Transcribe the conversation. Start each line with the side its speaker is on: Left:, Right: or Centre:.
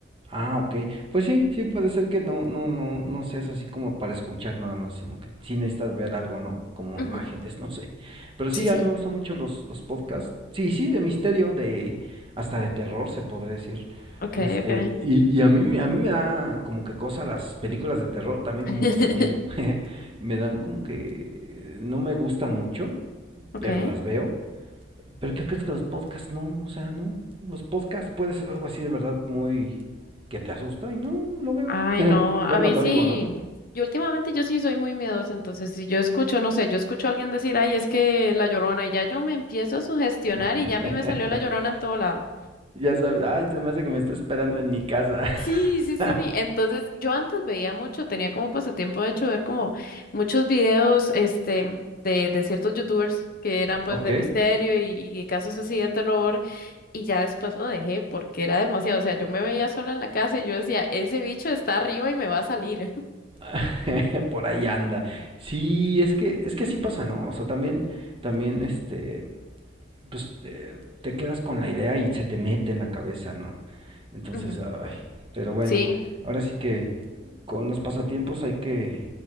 Right: Ah, ok. Pues sí, sí puede ser que no, no, no, no seas así como para escuchar nada más, sino que sí necesitas ver algo, ¿no? Como
Left: Ujú,
Right: imágenes, <laughs> no sé. Pero
Left: Sí,
Right: sí,
Left: sí.
Right: a mí me gustan mucho los, los podcasts. Sí, sí, de misterio, de hasta de terror se podría decir.
Left: Ok,
Right: Este,
Left: ok.
Right: y, y a mí, me- a mí me da como que cosa las películas de terror también
Left: <laughs>
Right: como pasatiempo. <laughs> Me dan como que eh, no me gustan mucho,
Left: Ok.
Right: pero las veo. Pero ¿qué crees que los podcasts no? O sea, no. Los podcasts puede ser algo así de verdad muy que te asusta y no lo veo.
Left: Ay,
Right: <laughs>
Left: no, a
Right: Bueno,
Left: mí
Right: lo
Left: sí.
Right: oigo, ¿no?
Left: Yo últimamente yo sí soy muy miedosa, entonces si yo escucho, no sé, yo escucho a alguien decir, ay, es que la llorona, y ya yo me empiezo a sugestionar
Right: <laughs>
Left: y ya a mí me salió la llorona en todo lado.
Right: Ya sabes, ay, se me hace que me está esperando en mi casa.
Left: Sí, sí, sí,
Right: <laughs>
Left: sí. Entonces yo antes veía mucho, tenía como pasatiempo de hecho ver como muchos videos, este, de, de ciertos youtubers que eran pues
Right: Ok,
Left: de misterio y, y casos así de terror. Y ya después lo dejé porque era demasiado. O sea, yo me veía sola en la casa y yo decía, ese bicho está arriba y me va a salir.
Right: <laughs> por ahí anda. Sí, es que es que así pasa, ¿no? O sea, también también este pues eh, te quedas con la idea y se te mete en la cabeza, ¿no? Entonces,
Left: <laughs> Ujú.
Right: ay, pero bueno,
Left: Sí.
Right: ahora sí que con los pasatiempos hay que,